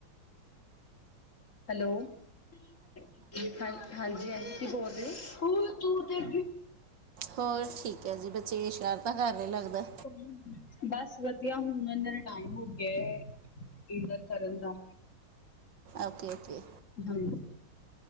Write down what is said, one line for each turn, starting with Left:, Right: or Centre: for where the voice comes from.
Left: ਹੈਲੋ ਜੀ ਹਾਂ ਹਾਂਜੀ, ਹਾਂਜੀ-ਹਾਂਜੀ, ਕੀ ਬੋਲ ਰਹੇ,
Right: ਹੋਰ ਠੀਕ ਐ ਜੀ ਬੱਚੇ ਸ਼ਰਾਰਤਾਂ ਕਰ ਰਹੇ ਲੱਗਦਾ।
Left: ਹੂੰ, ਬਸ ਵਧੀਆ ਹੁਣ ਇਹਨਾਂ ਦਾ ਟਾਈਮ ਹੋ ਗਿਆ ਇਨਾਂ ਕਰਨ ਦਾ
Right: ਓਕੇ-ਓਕੇ,
Left: ਹਾਂਜੀ,